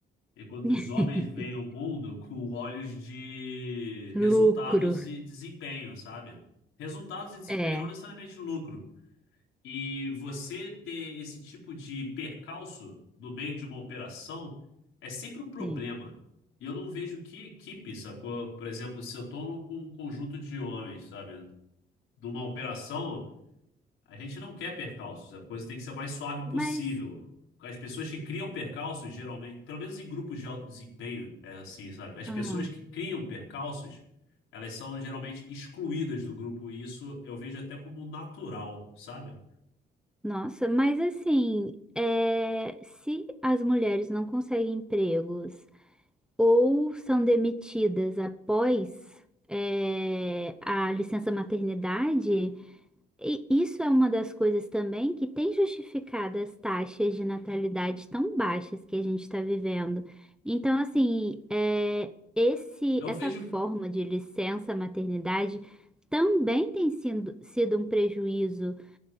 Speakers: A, on the left (about 85°); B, in the centre.
A: enquanto
B: <laughs>
A: os homens veem o mundo com olhos de
B: Lucro,
A: resultados e desempenho, sabe? Resultados e desempenho,
B: é,
A: não necessariamente lucro. E você ter esse tipo de percalço no meio de uma operação é sempre um problema.
B: sim.
A: E eu não vejo que equipe, sacou? Por exemplo, se eu estou com um conjunto de homens, sabe? Numa operação, a gente não quer percalços. A coisa tem que ser o mais suave
B: Mas,
A: possível. As pessoas que criam percalços, geralmente, pelo menos em grupos de alto desempenho, é assim, sabe? As
B: ah,
A: pessoas que criam percalços, elas são geralmente excluídas do grupo. E isso eu vejo até como natural, sabe?
B: nossa, mas assim, é, se as mulheres não conseguem empregos ou são demitidas após, é, a licença maternidade, E isso é uma das coisas também que tem justificado as taxas de natalidade tão baixas que a gente está vivendo. Então, assim, é, esse,
A: Eu
B: essa
A: vejo
B: forma de licença maternidade também tem sido, sido um prejuízo,